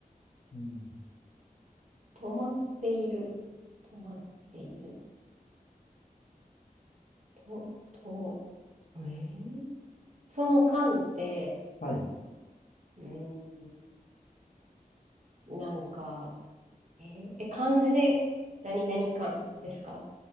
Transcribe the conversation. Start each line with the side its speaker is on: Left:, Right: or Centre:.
Left: うん、
Right: 止まっている、止まっている、と、と、えーその間って、
Left: はい。
Right: うーん、なんか、えーえ漢字で何々漢ですか